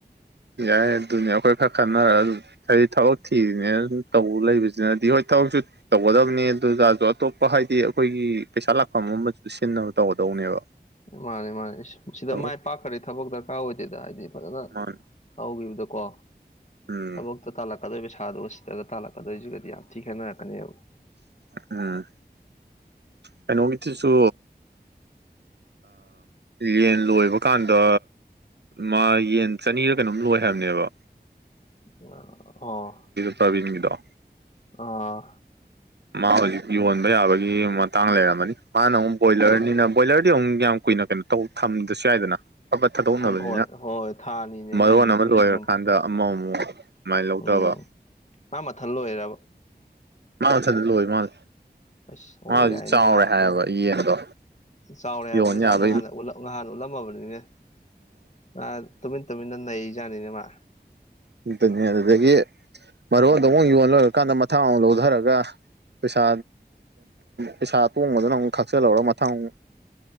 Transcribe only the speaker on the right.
ꯌꯥꯏ ꯑꯗꯨꯅꯦ ꯑꯩꯈꯣꯏ ꯈꯔ ꯈꯟꯅꯔꯒ ꯍꯥꯏꯔꯤ ꯊꯕꯛ ꯊꯤꯔꯤꯅꯦ ꯑꯗꯨ ꯇꯧꯕ ꯂꯩꯁꯦ ꯑꯗꯨꯗꯤ ꯍꯣꯏ ꯊꯕꯛꯁꯨ ꯇꯧꯒꯗꯕꯅꯦ ꯑꯗꯨꯖꯁꯨ ꯑꯇꯣꯞꯄ ꯍꯥꯏꯗꯤ ꯑꯩꯈꯣꯏꯒꯤ ꯄꯩꯁꯥ ꯂꯥꯛꯐꯝ ꯑꯃꯨ ꯁꯤꯟꯅꯕ ꯇꯧꯒꯗꯧꯅꯦꯕ
ꯊꯕꯛ
ꯃꯥꯅꯦ
ꯎꯝ
ꯎꯝ ꯀꯩꯅꯣꯒꯤꯗꯨꯁꯨ ꯌꯦꯟ ꯂꯣꯏꯕ ꯀꯥꯟꯗ ꯃꯥ ꯌꯦꯟ ꯆꯅꯤꯔ ꯀꯩꯅꯣꯝ ꯂꯣꯏ ꯍꯥꯏꯕꯅꯦꯕ
ꯁꯕꯤꯟꯒꯤꯗꯣ
ꯃꯥ ꯍꯧꯖꯤꯛ ꯌꯣꯟꯕ ꯌꯥꯕꯒꯤ ꯃꯇꯥꯡ ꯂꯩꯔꯝꯃꯅꯤ ꯃꯥꯅ ꯑꯃꯨꯛ ꯕꯣꯏꯂꯔꯅꯤꯅ ꯕꯣꯏꯂꯔꯗꯤ ꯑꯃꯨꯛ ꯌꯥꯝ ꯀꯨꯏꯅ ꯀꯩꯅꯣ ꯊꯝꯗ꯭ꯔꯁꯨ ꯌꯥꯏꯗꯅ ꯑꯕꯠ ꯊꯥꯗꯣꯛꯅꯕꯅꯤꯅ
ꯃꯔꯣꯟ
ꯑꯃ
ꯂꯣꯏꯔꯀꯥꯟꯗ ꯑꯃ ꯑꯃꯨꯛ ꯁꯨꯃꯥꯏꯅ ꯂꯧꯊꯕ
ꯃꯥ ꯃꯊꯗ ꯂꯣꯏ ꯃꯥꯁꯦ
ꯃꯥꯁꯨ
ꯆꯥꯎꯔꯦ
ꯍꯥꯏꯌꯦꯕ
ꯌꯦꯟꯗꯣ
ꯌꯣꯟ ꯌꯥꯕꯩ
ꯑꯇꯅꯤ ꯑꯗꯨꯗꯒꯤ ꯃꯔꯣꯟꯗ ꯑꯃꯨꯛ ꯌꯣ ꯂꯣꯏꯔꯀꯥꯟꯗ ꯃꯊꯥ ꯑꯃꯨꯛ ꯂꯧꯊꯔꯒ ꯄꯩꯁꯥ ꯄꯩꯁꯥ ꯇꯣꯡꯕꯗꯨꯅ ꯑꯃꯨꯛ ꯈꯥꯛꯆꯜꯍꯧꯔꯒ ꯃꯊꯪ